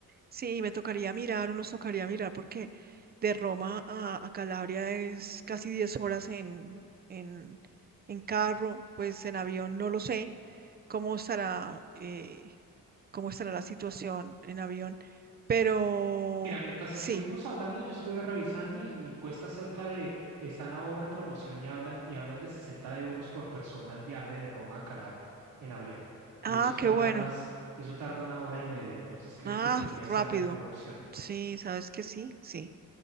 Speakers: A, on the right; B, on the right.
A: sí, me tocaría mirar o nos tocaría mirar porque de Roma a, a Calabria es casi 10 horas en, en, en carro, pues en avión no lo sé cómo estará, eh, cómo estará la situación en avión. Pero
B: Mira, mientras
A: sí.
B: estuvimos hablando, yo estuve revisando y, y cuesta cerca de, están ahora en promoción y hablan, y hablan de 60 euros por persona el viaje de Roma a Calabria en avión. Y
A: Ah,
B: eso tarda
A: qué bueno.
B: unas, y eso tarda una hora y media, entonces creo
A: Ah,
B: que podría
A: rápido.
B: ser la mejor opción.
A: Sí, sabes que sí, sí.